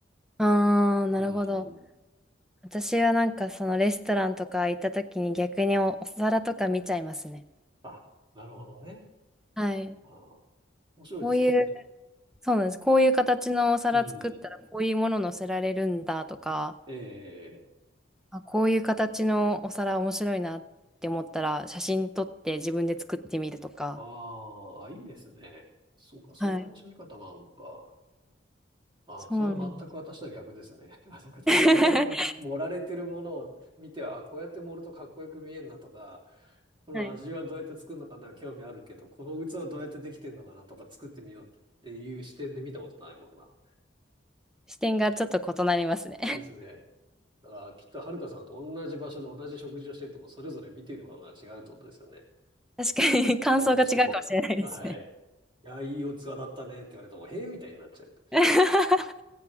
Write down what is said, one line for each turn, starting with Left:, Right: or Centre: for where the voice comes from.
Centre: あ、ああ、なるほど。
Right: うん。
Centre: 私はなんかそのレストランとか行った時に逆にお、お皿とか見ちゃいますね。
Right: あ、なるほどね。
Centre: はい。
Right: あー、面白いですね、
Centre: こういう、
Right: それ。
Centre: そうなんです。こういう形のお皿作ったらこういうもの乗せられるんだとか、
Right: うん。ええ
Centre: あ、こういう形のお皿面白いなって思ったら、写真撮って自分で作ってみるとか。
Right: ああいいですね。そうか、そういう楽しみ方もあるのか。
Centre: はい。
Right: ああ、
Centre: そうなんだ。
Right: それは全く私とは逆ですね。<laughs> あの、私はそこに盛られてるものを見ては、
Centre: <laughs>
Right: あ、こうやって盛るとかっこよく見えるなとか、この味はどうやって作るのかな、
Centre: はい。
Right: 興味あるけど、この器どうやってできてるのかなとか作ってみようっていう視点で見たことないもんな。
Centre: 視点がちょっと異なりますね。
Right: ですね。だからきっとはるかさんと同じ場所で同じ食事をしていても、それぞれ見ているものが違うってことですよね。
Centre: <laughs> 確かに感想が違うかもしれないですね。
Right: 面白い。はい。いや、いいお器だったねって言われても、へえみたいになっちゃう。
Centre: <laughs>